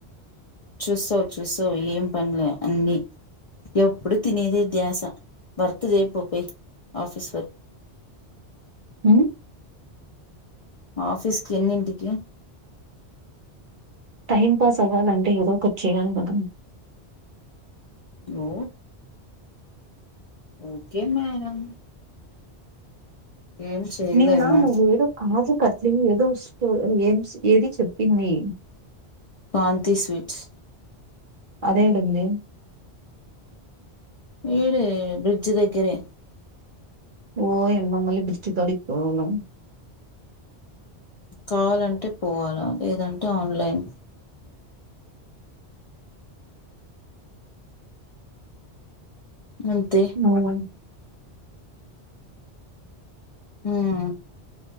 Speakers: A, on the left (about 45°); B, on the right (about 55°).
A: చుస్తావ్ చుస్తావ్ ఏం పన్లే అన్నీ ఎప్పుడు తినేది ధ్యాస వర్క్ చేయపోపోయి ఆఫీస్ వర్క్
B: మ్
A: ఆఫీస్కి ఎన్నింటికి
B: టైం పాస్ అవ్వాలంటే ఏదో ఒకటి చేయాలి కద
A: ఓ ఓకే మేడం ఏం చేయలేము
B: నిన్న నువ్వు ఏదో కాజు కస్ ది ఏదో స్పై ఏం ఏదిచెప్పింది
A: కాంతి స్వీట్స్
B: అదేడూంది
A: ఈడే బ్రిడ్జ్ దగ్గరే
B: ఓ యమ్మ మళ్ళీ బ్రిడ్జి కాడికి పోవాలా
A: కావాలంటే పోవాలా లేదంటే ఆన్లైన్ అంతే
B: నువున్
A: మ్